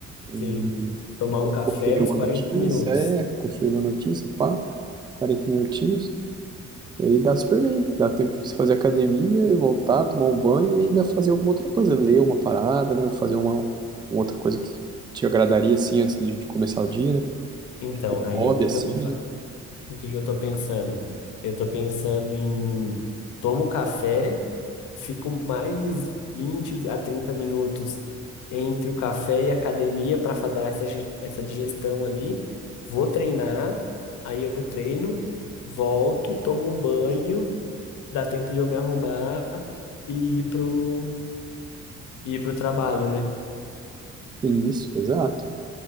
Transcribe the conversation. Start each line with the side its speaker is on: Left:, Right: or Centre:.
Right: E
Left: Sim. Tomar
Right: então,
Left: um café,
Right: conferir
Left: uns
Right: uma
Left: 40
Right: notícia,
Left: minutos.
Right: é, conferir uma notícia, pá, 40 minutinhos. E aí dá super bem, dá tempo de você fazer academia e voltar, tomar um banho e ainda fazer alguma outra coisa, ler uma parada, né? Ou fazer uma, uma outra coisa que te agradaria, assim, antes de, de começar o dia, né?
Left: Então,
Right: Um
Left: aí
Right: Hobby,
Left: o que
Right: assim,
Left: que eu vou fazer?
Right: né?
Left: O que que eu tô pensando? Eu tô pensando em tomo café, fico mais 20 a 30 minutos entre o café e a academia para dar essa, gi- essa digestão ali. Vou treinar, aí eu treino, volto, tomo um banho, dá tempo de eu me arrumar e ir pro, ir pro trabalho, né?
Right: E Isso, exato.